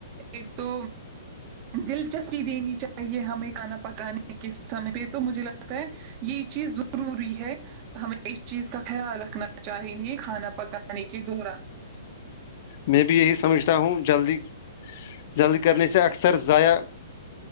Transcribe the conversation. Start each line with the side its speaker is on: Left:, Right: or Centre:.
Right: ایک تو دلچسپی دینی چاہیے ہمیں کھانا پکانے کےس سمے پہ تو مجھے لگتا ہے یہ چیز ضروری ہے ہمیں اس چیز کا خیال رکھنا چاہیے کھانا پکانے کے دوران
Left: میں بھی یہی سمجھتا ہوں جلدی جلدی کرنے سے اکثر ضائع